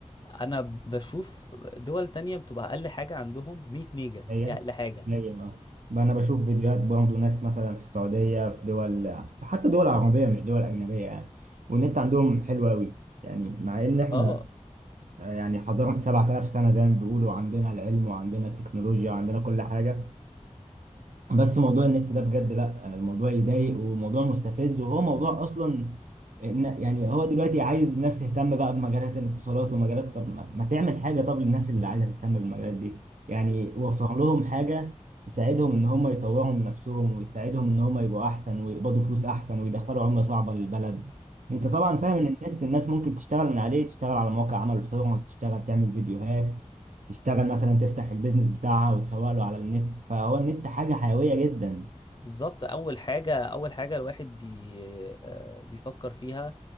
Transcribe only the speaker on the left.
انا بشوف دول تانية بتبقى اقل حاجة عندهم 100 ميجا
دي اقل حاجة
اه
بز...
بز...
بالظبط اول حاجه اول حاجه الواحد بي... آه، بيفكر فيها